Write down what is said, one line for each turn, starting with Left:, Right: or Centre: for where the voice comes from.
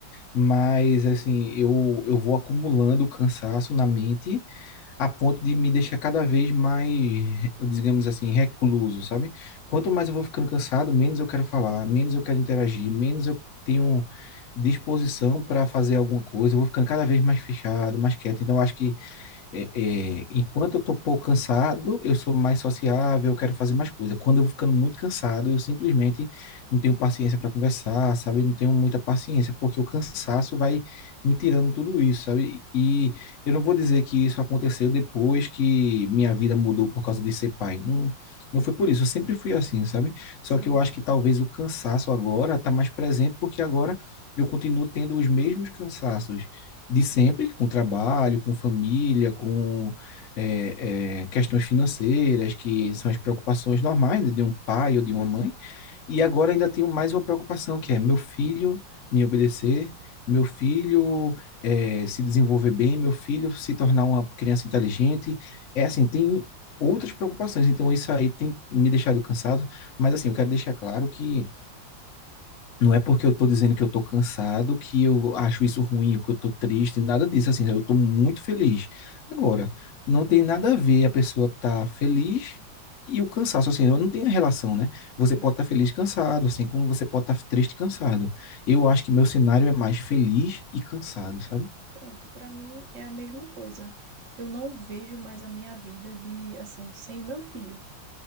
Left: Mas, assim, eu, eu vou acumulando cansaço na mente a ponto de me deixar cada vez mais, digamos assim, recluso, sabe? Quanto mais eu vou ficando cansado, menos eu quero falar, menos eu quero interagir, menos eu tenho disposição para fazer alguma coisa, eu vou ficando cada vez mais fechado, mais quieto. Então, eu acho que é, é, enquanto eu tô um pouco cansado, eu sou mais sociável, eu quero fazer mais coisa. Quando eu vou ficando muito cansado, eu simplesmente não tenho paciência para conversar, sabe? Não tenho muita paciência, porque o cansaço vai me tirando tudo isso, sabe? E eu não vou dizer que isso aconteceu depois que minha vida mudou por causa de ser pai. Não, não foi por isso, eu sempre fui assim, sabe? Só
Right: Sim,
Left: que eu acho que talvez o cansaço agora tá mais presente, porque agora eu continuo tendo os mesmos cansaços de sempre, com trabalho, com família, com é, é, questões financeiras, que são as preocupações normais, né, de um pai ou de uma
Right: sim,
Left: mãe. E agora ainda tenho mais uma preocupação, que é meu filho me obedecer, meu filho eh, se desenvolver bem, meu filho se tornar uma criança inteligente. É assim, tem outras preocupações, então isso aí tem me deixado cansado, mas assim, eu quero deixar claro que não é porque eu tô dizendo que eu tô cansado, que eu acho isso ruim, que eu tô triste, nada disso, assim, né,
Right: sim,
Left: eu tô muito feliz. Agora, não tem nada a ver a pessoa tá feliz e o cansaço, assim, não tem relação, né? Você
Right: sim,
Left: pode estar
Right: sim,
Left: feliz cansado, assim, como você pode estar triste cansado. Eu
Right: sim.
Left: acho que meu cenário é mais feliz e cansado, sabe?
Right: Pronto, pra mim é a mesma coisa. Eu não vejo mais a minha vida de assim, sem o meu filho.